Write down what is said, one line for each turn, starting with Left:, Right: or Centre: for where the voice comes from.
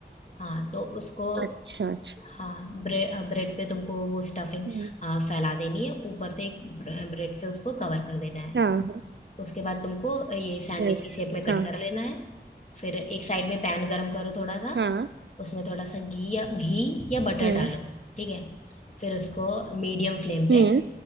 Left: हाँ तो उसको
Right: अच्छा अच्छा
Left: हाँ ब्रेड ब्रेड पे तुमको वो स्टफिंग
Right: हम्म,
Left: फैला देनी है ऊपर से एक ब्र- ब्रेड से उसको कवर कर देना है
Right: हाँ हाँ
Left: उसके बाद तुमको ये सैंडविच
Right: यस
Left: की शेप में कट
Right: हाँ
Left: कर लेना है फिर एक साइड में पैन गरम करो थोड़ा सा
Right: हाँ
Left: उसमें थोड़ा सा घी या घी या बटर
Right: यस
Left: डालो ठीक है फिर उसको मीडियम फ्लेम पे
Right: हम्म